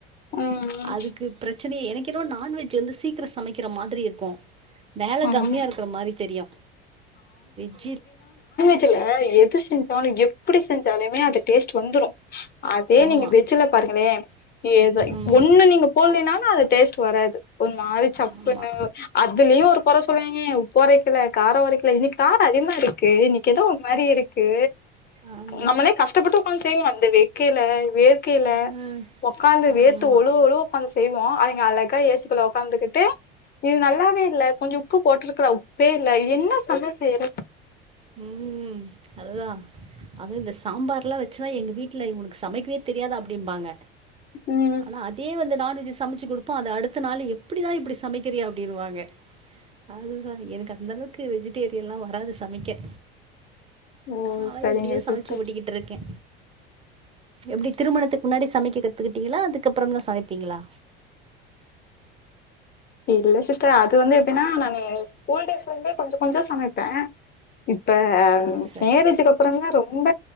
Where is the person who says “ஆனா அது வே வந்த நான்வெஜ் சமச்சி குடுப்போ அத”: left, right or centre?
Right